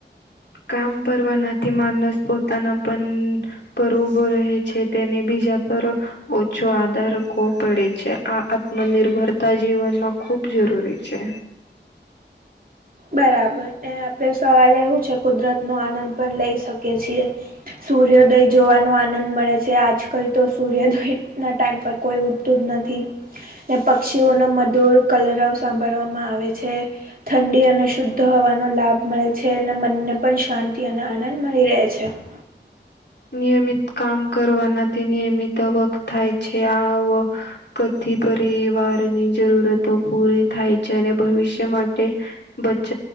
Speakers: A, on the left; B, on the right.
A: કામ કરવાનાથી માનસ પોતાના પણ. પર ઉભો રહે છે તેની બીજા પર ઓછો આધાર રાખવો પડે છે આ આત્મનિર્ભરતા જીવનમાં ખૂબ જરૂરી છે.
B: બરાબર આપડે સવારે એવું છે કુદરત નો આનંદ પણ લઈ શકીએ છીએ. સૂર્યોદય જોવાનો આનંદ મળે છે આજકાલ તો સૂર્યોદય ના ટાઈમ પર કોઈ ઉઠ તું જ નથી. ને પક્ષીઓ ન મધુર કલરવ સાંભળવામાં આવે છે. ડી અને શુદ્ધ હવાનો લાભ મળે છે, અને મનને પણ શાંતિ અને આનંદ મળી રહે છે. હ.
A: નિયમિત કામ કરવાના નિયમિત આવક થાય છે આ. કથ પરિવારની જરૂરતો પૂરી થાય છે અને ભવિષ્ય માટે. બચત